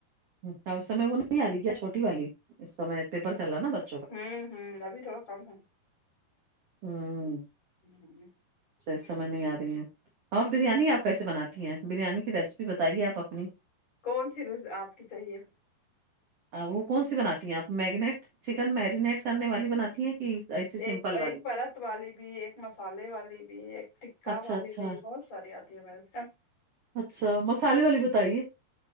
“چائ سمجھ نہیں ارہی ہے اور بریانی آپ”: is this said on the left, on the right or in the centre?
Right